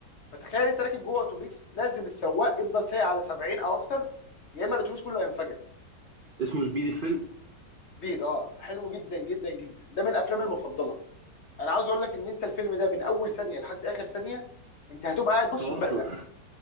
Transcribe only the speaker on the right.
اسمه سبيد الفيلم
توتر
<laughs>